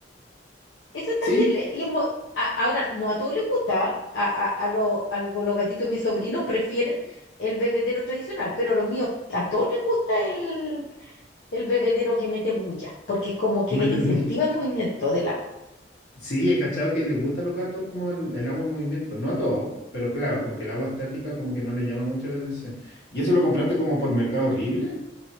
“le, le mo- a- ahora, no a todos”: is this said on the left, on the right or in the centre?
Left